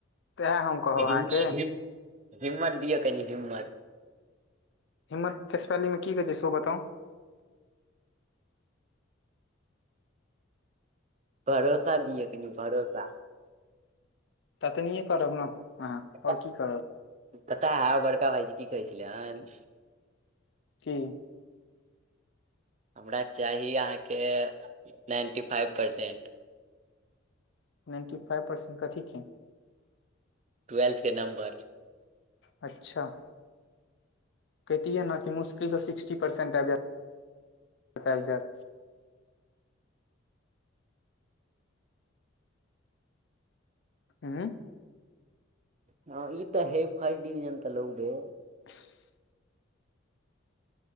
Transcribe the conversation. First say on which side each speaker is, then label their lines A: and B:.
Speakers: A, on the left (about 60°); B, on the right (about 35°).
A: तऽ इएह हम कहब
B: लेकिन
A: अहाँके
B: हिम हिम्मत दिअ कनि हिम्मत।
A: हिम्मत के स्पेलिंग की कहै छै सेहो बताउ?
B: भरोसा दियअ कनि भरोसा।
A: ततनियें करब न आहाँ
B: पता
A: और की करब।
B: पता है आ बड़का भाईजी की कहै छलै हन।
A: की?
B: हमरा चाही अहाँ के ninety five percent.
A: Ninety five percent कथी के?
B: ट्वेल्थ के नम्बर।
A: अच्छा। कहिति यै न कि मुश्किल सऽ सिक्सटी परसेंट आइब जएयत त आइब जाएत। उम।
B: हँ ई त है फस्ट डीविजन त लौबै।
A: <unintelligible>